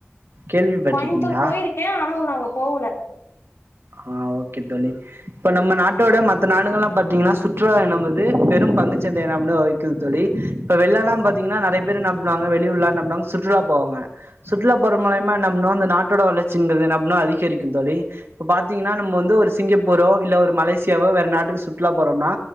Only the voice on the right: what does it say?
கேள்விப்பட்டிருக்கீங்களா
ஆ ஓகே தோழி இப்ப நம்ம நாட்டோட மத்த நாடுகள்ல்லா பாத்தீங்கன்னா சுற்றுலா என்பது பெரும் பங்குச்சந்தை என்ன அப்படனு வகிக்குது தோழி வெள்ளெல்லா
பாத்தீங்கன்னா நெறைய பேர் நம் நங்க வெளி ஊர்ல்லா நம்னக் சுற்றுலா போவாங்க சுற்றுலாப்புற
மலயமா நம்னு அந்த நாட் ட்டோட வளர்ச்சிங்கிறது என்ன அப்னா அதிகரிக்கு தோழி இப்போ பாத்தீங்கன்னா நம்ம வந்து ஒரு சிங்கப்பூரோ இல்ல ஒரு மலேசியாவோ வேற நாட்டுக்கு சுற்றுலா போறோம்னா